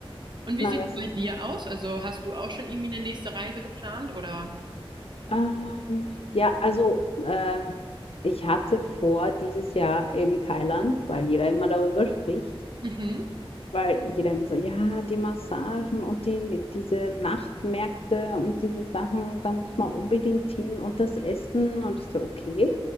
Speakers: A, on the right; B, on the left.
A: Und wie
B: Na,
A: sieht
B: das
A: es bei
B: ist.
A: dir aus? Also hast du auch schon irgendwie eine nächste Reise geplant oder?
B: Ähm, ja, also ähm, ich hatte vor dieses Jahr eben Thailand, weil jeder immer darüber spricht.
A: Mhm.
B: Weil jeder immer so, ja, die Massagen und die, diese Nachtmärkte und diese Sachen, da muss man unbedingt hin und das Essen. Und ich so, okay.